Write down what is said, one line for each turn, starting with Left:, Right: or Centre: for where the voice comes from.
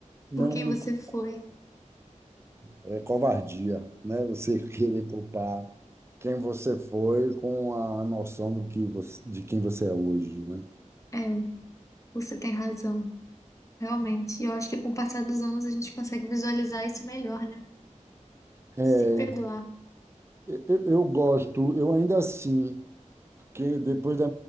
Right: não
Left: Por quem
Right: me...
Left: você
Right: cu-
Left: foi.
Right: É covardia, né? Você querer culpar quem você foi com a noção do que você, de quem você é hoje, né?
Left: É, você tem razão. Realmente. E eu acho que com o passar dos anos a gente consegue visualizar isso melhor, né?
Right: É,
Left: Se perdoar.
Right: Eu, eu gosto, eu ainda assim. Porque depois da,